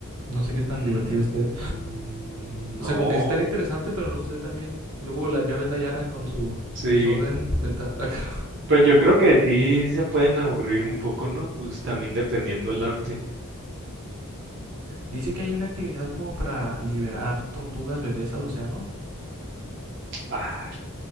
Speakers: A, on the right (about 75°); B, on the right (about 50°).
A: No sé qué tan
B: Mm,
A: divertido esté. O
B: no,
A: sea, como que sí estaría interesante, pero no sé también. Luego la, ya ves la Yara con su
B: sí.
A: desorden mental <laughs> acá.
B: Pues yo creo que sí se pueden aburrir un poco, ¿no? Pues también dependiendo el arte.
A: Dice que hay una actividad como para liberar tortugas bebés al océano.
B: Ah,